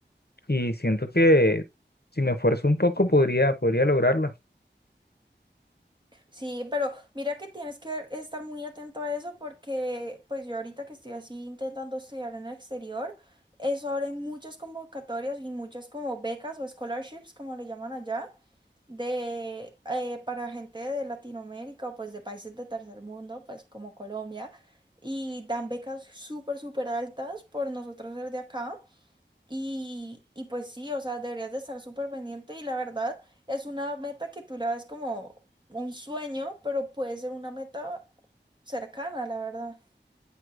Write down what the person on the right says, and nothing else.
Sí, pero mira que tienes que estar muy atento a eso porque pues yo ahorita que estoy así intentando estudiar en el exterior, eso ahora hay muchas convocatorias y muchas como becas o scholarships, como le llaman allá, de eh, para gente de Latinoamérica o pues de países de tercer mundo, pues como Colombia, y dan becas súper, súper altas por nosotros ser de acá. Y, y pues sí, o sea, deberías de estar súper pendiente y la verdad es una meta que tú la ves como un sueño, pero puede ser una meta cercana, la verdad.